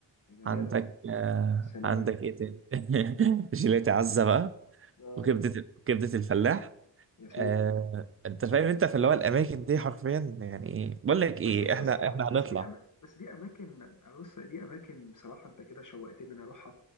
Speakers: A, on the left (about 45°); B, on the right (about 30°).
A: يا جمالك
B: عندك آه
A: يا سلام
B: عندك إيه تاني؟ <laughs> جيلاتي عزة بقى
A: أه
B: وكبدة كبدة الفلاح
A: يا سيدي
B: آه، انت فاهم انت في اللي هو الاماكن دي حرفيا يعني ايه بقول لك ايه
A: بس دي
B: احنا
A: بس دي
B: احنا هنطلع
A: بس دي أما- بس دي اماكن أنا بص دي اماكن بصراحه انت كده شوقتني ان انا اروحها